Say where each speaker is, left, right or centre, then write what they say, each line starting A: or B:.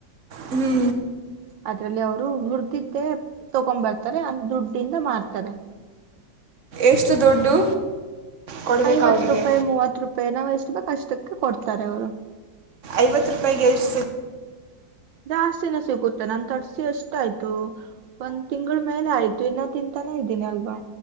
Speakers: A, on the right; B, on the right.
A: ಹ್ಞೂ
B: ಅದ್ರಲ್ಲಿ ಅವರು ಹುರದಿದ್ದೆ ತಗೊಂಡ್ ಬರ್ತಾರೆ ದುಡ್ಡಿಂದ ಮಾರ್ತಾರೆ.
A: ಎಷ್ಟು ದುಡ್ಡು? ಕೊಡಬೇಕು
B: ಐವತ್
A: ಅವರಿಗೆ
B: ರೂಪಾಯಿ ಮೂವತ್ ರೂಪಾಯಿ ನಾವ್ ಎಷ್ಟು ಬೇಕ್ ಅಷ್ಟಕ್ಕೆ ಕೊಡ್ತಾರೆ ಅವರು.
A: ಐವತ್ತು ರೂಪಾಯಿಗೆ ಎಷ್
B: ಜಾಸ್ತಿನ ಸಿಗುತ್ತೆ, ನಾನು ತರ್ಸಿ ಎಷ್ಟ್ ಆಯ್ತು, ಒಂದ್ ತಿಂಗಳ ಮೇಲೆ ಆಯ್ತು ಇನ್ನು ತಿಂತಾನೇ ಇದ್ದೀನಿ ಅಲ್ವಾ